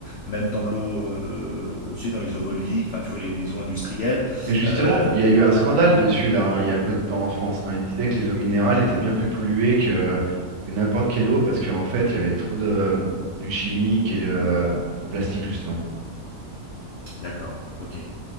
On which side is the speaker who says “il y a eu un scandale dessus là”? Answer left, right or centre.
Right